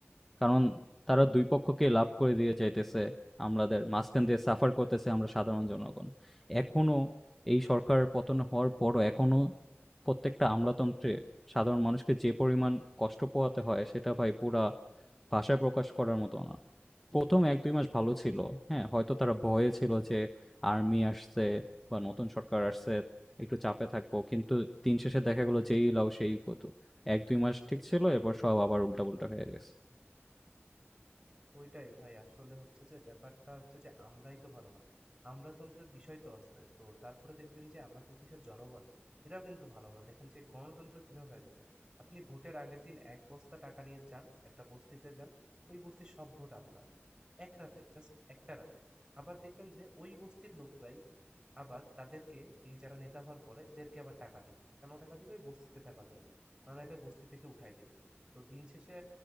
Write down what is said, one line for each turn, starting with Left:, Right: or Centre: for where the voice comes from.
Centre: কারণ তারা দুই পক্ষকে লাভ করে দিয়ে চাইতেছে আমাদের মাঝখান দিয়ে সাফার করতেছে আমরা সাধারণ জনগণ এখনো এই সরকার পতন হওয়ার পরও এখনো প্রত্যেকটা আমলাতন্ত্রে সাধারণ মানুষকে যে পরিমাণ কষ্ট পোহাতে হয় সেটা ভাই পুরা ভাষায় প্রকাশ করার মতো না প্রথম এক দুই মাস ভালো ছিল হ্যাঁ হয়তো তারা ভয়ে ছিল যে আর্মি আসছে বা নতুন সরকার আসছে একটু চাপে থাকবো কিন্তু দিন শেষে দেখা গেলো যেই লাউ সেই কত এক দুই মাস ঠিক ছিল এরপর সব আবার উল্টাপুল্টা হয়ে গেছে
Right: ওইটাই ভাই আসলে হচ্ছে যে ব্যাপারটা হচ্ছে যে আমরাই তো ভালো না। আমলাতন্ত্রের বিষয় তো আছে। তো তারপরে দেখবেন যে আমাদের দেশের জনগণ এরাও কিন্তু ভালো না। দেখেন যে গণতন্ত্র কিভাবে আসবে? আপনি ভোটের আগের দিন ১ বস্তা টাকা নিয়ে যান, একটা বস্তিতে যান। ওই বস্তির সব ভোট আপনার। এক রাতে, জাস্ট একটা রাতে। আবার দেখবেন যে ওই বস্তির লোকরাই আবার তাদেরকে এই যারা নেতা হওয়ার পরে এদেরকে আবার টাকা দিবে। কেন টাকা দিবে? এই বস্তিতে থাকার জন্য। না নাইলে বস্তি থেকে উঠায় দিবে। তো দিন শেষে